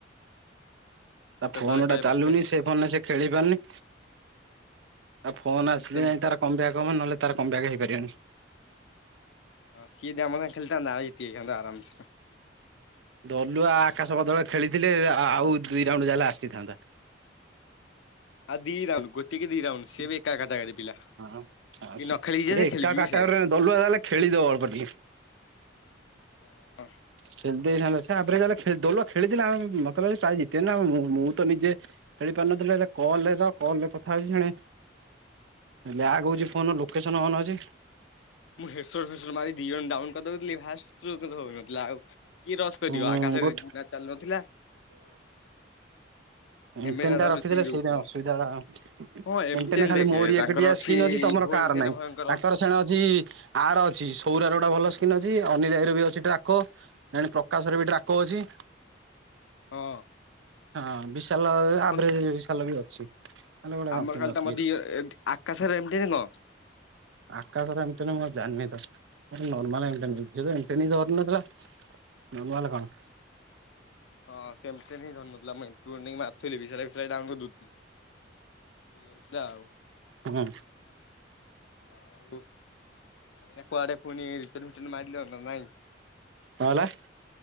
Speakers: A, on the right; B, on the left.
A: ତା
B: ତୋତେ
A: ଫୋନ
B: କହିବା
A: ଟା ଚାଲୁନି
B: ପକେ
A: ସେ ଫୋନରେ ସେ ଖେଳି ପାରୁନି ଆଉ ଫୋନ
B: ସାମସଙ୍ଗ
A: ଆସିଲେ ନାଇ ତାର କମ ବ୍ୟାକ ହବ ନହେଲେ ତାର କମ ବ୍ୟାକ ହେଇପାରିବନି।
B: ହଁ ସିଏ ଯଦି ଆମ ସାଙ୍ଗେ ଖେଳିଥାନ୍ତା ଆମେ ଜିତି ଯାଇଥାନ୍ତୁ ଆରାମ ସେ
A: ଦଲୁଆ ଆକାଶ ବଦଳ ଖେଳିଥିଲେ ଆଉ ଦି ରାଉଣ୍ଡ ଯାହେଲେ ଆସିଥାନ୍ତା
B: ଆଉ ଦି ରାଉଣ୍ଡ କି ଦି ରାଉଣ୍ଡ ସିଏ
A: ହଁ
B: ବି ଏକା କାଟାକାଟି ପିଲା
A: ଏ
B: କି ନ ଖେଳିକି ଯା ସେ
A: ଏକା
B: ଖେଳିକି ବି
A: କ୍ୟାଟେଗୋରୀରେ
B: ସେଇଆ।
A: ଦଳୁଆ ଯାହା ହେଲେ ଖେଳିଥାନ୍ତା ଯଉ ଅଳ୍ପ ଟିକେ
B: ହଁ
A: ଖେଳି ଦେଇଥାନ୍ତା ସେ ଆଭ୍ରେଜ୍ ଭଳିଆ ଖେଳି ଦୋଳ ଖେଳିଥିଲେ ଆମେ ମତେ ଲାଗୁଛି ପ୍ରାଇସ ଜିତିଥାନ୍ତେ ଖେଳି ପାରୁନଥିଲେ ହେଲେ କଲର କଲରେ କଥା ହଉଛି ଜଣେ
B: <inaudible>
A: ଲ୍ୟାଗ
B: ମୁଁ
A: ହଉଛି ଫୋନ ଲୋକେସନ ଓନ ଅଛି
B: ମୁଁ ହେଡ ଶର୍ଟ ଫେଡ ଶର୍ଟ ମାରି ଦି ଜଣଙ୍କୁ ଡାଉନ୍ କରିଦଉଥିଲି ଫାର୍ଷ୍ଟରୁ କିନ୍ତୁ ହଉନଥିଲା ଆଉ? କିଏ ରସ୍ କରିବ
A: ହୁଁ
B: ଆକାଶରେ
A: ଗୋଟ
B: ଯିବା ଚାଲୁନଥିଲା
A: ଏମ
B: ଏମେ
A: ଟେନ
B: ନା ତାର
A: ଟା ରଖିଥିଲେ
B: ଲୁଚିକି ରହୁଥିଲା।
A: ସେଇଟା ହିଁ ଅସୁବିଧା ହେଲା ଆଉ ଏମ
B: ହଁ ଏମଟେନ୍
A: ଟେନ୍ ରେ ଖାଲି
B: ଦେଖେ
A: ମୋର ହିଁ
B: ତାଙ୍କର
A: ଏକୁଟିଆ ସ୍କିନ ଅଛି ତମର
B: ଇଭୋ
A: କାହାର
B: ଏମଟେନ୍
A: ନାଇଁ
B: ଭୟଙ୍କର
A: ତାଙ୍କର ସେଣେ ଅଛି। ଆର ଅଛି ସୌରାର ଗୋଟେ ଭଲ ସ୍କିନ୍ ଅଛି ଅନିଲ ଭାଇର ବି ଅଛି ଡ୍ରାକୋ <unintelligible> ଆକାଶର ବି ଡ୍ରାକୋ ଅଛି।
B: ହଁ।
A: ହଁ ବିଶାଲ
B: ଆମର
A: ଆଭରେଜ ବିଶାଲର ବି ଅଛି। ତାହେଲେ ଗୋଟେ
B: ଆମର
A: କଣ୍ଟିନ୍ୟୁ
B: ଖାଲି
A: ଅଛି
B: ତମ ଦି ଆକାଶରେ ଏମ ଟେନ୍ କଣ?
A: ଆକାଶର ଏମ ଟେନ ମୁଁ ଆଉ ଜାଣିନି ତାର ନର୍ମାଲ ଏମ ଟେନ୍ ସେ ତ ଏମ ଟେନ୍ ହିଁ ଧରୁନଥିଲା ନର୍ମାଲ କଣ?
B: ହଁ ସେମତି ହିଁ ଧରିନଥିଲା ମୁଁ ଏମ ଟୁ ଇଲେଭେନ ନେଇ ମାରୁଥିଲି ବି ସେଇଟାରେ ପୁରା ଡାଉନ୍ କରିଦଉଥିଲି। <unintelligible> ଆଉ
A: ହୁଁ
B: ଆଉ ଏଇନା କୁଆଡେ ପୁଣି ରିଟର୍ନ ଫିଟର୍ନ ମାରିଲ ନା ନାଇଁ
A: କଣ ହେଲା?